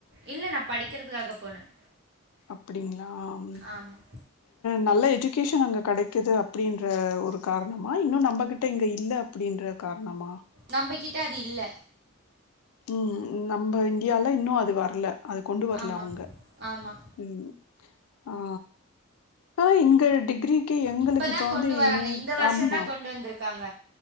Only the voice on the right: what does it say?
இல்லை நான் படிக்கிறதுக்காக போனேன்
ஆமாம்
நம்பகிட்ட அது இல்ல
ஆமாம்
ஆமாம்
இப்போ தான்
கொண்டு வராங்க இந்த வருஷம்தான்
கொண்டு வந்துருக்காங்க